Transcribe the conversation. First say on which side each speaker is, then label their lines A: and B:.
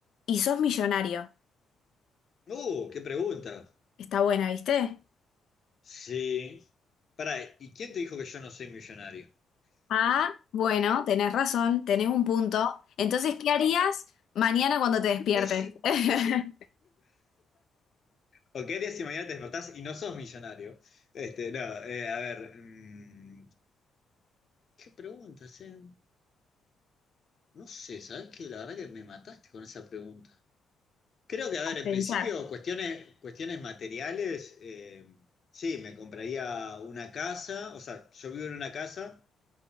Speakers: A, on the left (about 65°); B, on the left (about 45°).
A: y sos millonario?
B: Uh, qué pregunta.
A: Está buena, ¿viste?
B: Sí. Pará, ¿y quién te dijo que yo no soy millonario?
A: Ah, bueno, tenés razón, tenés un punto. Entonces, ¿qué harías mañana cuando te despiertes?
B: <laughs>
A: <laughs>
B: ¿O qué harías si mañana te despertás y no sos millonario? Este, no, eh, a ver, mm, ¿qué preguntas, eh? No sé, sabes qué? La verdad que me mataste con esa pregunta. Creo que, a ver, en
A: Pensar,
B: principio, cuestiones, cuestiones materiales, eh, sí, me compraría una casa, o sea, yo vivo en una casa,